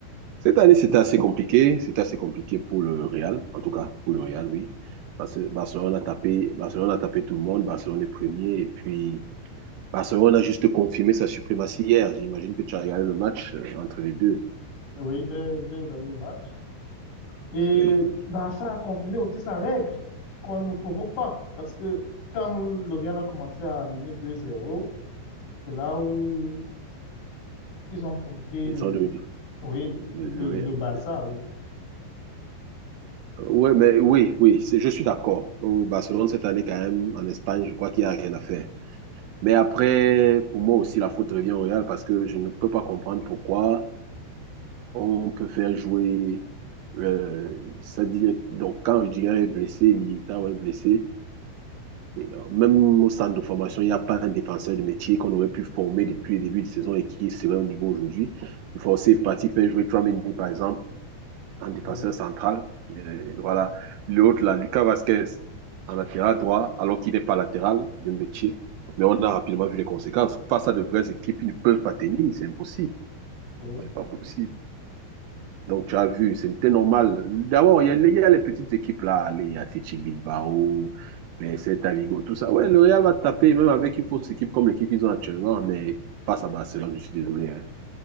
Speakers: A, on the right; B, on the left.
A: Cette année, c'était assez compliqué. C'était assez compliqué pour le Real, en tout cas, pour le Real, oui. Parce que Barcelone a tapé, Barcelone a tapé tout le monde. Barcelone est premier. Et puis, Barcelone a juste confirmé sa suprématie hier. J'imagine que tu as regardé le match euh, entre les deux.
B: oui, j'ai j'ai regardé le match. Et
A: Oui.
B: bah, ça a confirmé aussi sa règle, qu'on ne me provoque pas. Parce que quand le Real a commencé à mener deux zéro c'est là où ils ont provoqué
A: Ils
B: le,
A: sont devenus.
B: oui, le,
A: euh, Oui,
B: le, le Barça, oui,
A: Euh, Ouais, mais oui, oui, c'est- je suis d'accord. Au Barcelone, cette année, quand même, en Espagne, je crois qu'il n'y a rien à faire. Mais après, pour moi aussi, la faute revient au Real parce que je ne peux pas comprendre pourquoi on peut faire jouer. euh, ça dit, donc, quand Rudiger est blessé, Militao est blessé, Et, euh, même au centre de formation, il n'y a pas un défenseur de métier qu'on aurait pu former depuis le début de saison et qui serait au niveau aujourd'hui. Il faut aussi partir faire jouer Tramini, par exemple, en défenseur
B: oui,
A: central. Et euh, voilà. L'autre, là, Lucas Vasquez, en latéral droit, alors qu'il n'est pas latéral de métier. Mais on a rapidement vu les conséquences. Face à de vraies équipes, ils ne peuvent pas tenir. C'est impossible.
B: oui,
A: C'est pas possible. Donc, tu as vu, c'était normal. D'abord, il y, a les il y a les petites équipes là, les Athletic Bilbao, les Celta Vigo, tout ça. Ouais, le Real va taper, même avec une fausse équipe comme l'équipe qu'ils ont actuellement, mais face à Barcelone, je suis désolé. hein.